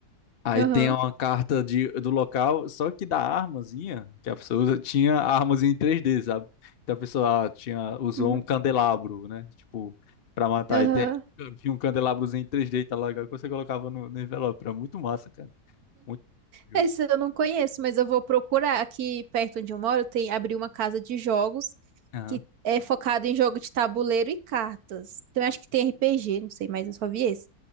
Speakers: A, on the left (about 55°); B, on the right (about 70°).
A: Aí
B: aham,
A: tem uma carta de, do local, só que da armazinha que a pessoa usa, tinha a armazinha em 3D, sabe? Então a pessoa ah, tinha, usou
B: uhum,
A: um candelabro, né? Tipo, pra matar.
B: aham.
A: E tem, tinha um candelabrozinho em 3D tá legal, que você colocava no, no envelope. Era muito massa, cara. Muito jogo.
B: Esse eu não conheço, mas eu vou procurar. Aqui perto onde eu moro, tem abriu uma casa de jogos
A: Aham.
B: que é focada em jogo de tabuleiro e cartas. Então, eu acho que tem RPG, não sei, mas eu só vi esse.